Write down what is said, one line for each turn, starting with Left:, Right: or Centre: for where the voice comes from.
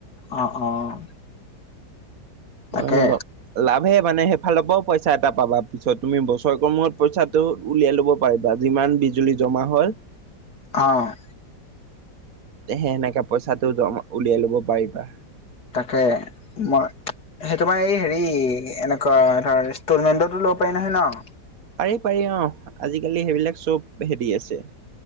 Left: অ', অ', তাকে
Right: <unintelligible> লাভে মানে সেইফালৰ পাও পইচা এটা পাবা। পিছত তুমি বছৰকৰ মূৰত পইচাটো উলিয়াই ল'ব পাৰিবা যিমান বিজুলী জমা হয়।
Left: অ',
Right: তেহে সেনেকে পইচাটো জমা উলিয়াই লব পাৰিবা।
Left: তাকে। মই সেই তোমাৰ এই হেৰি এনেকুৱা ধৰ ইনষ্টলমেন্টতটো লব পাৰি নহয় ন'?
Right: পাৰি -পাৰি অহ, আজিকালি সেইবিলাক চব হেৰি আছে।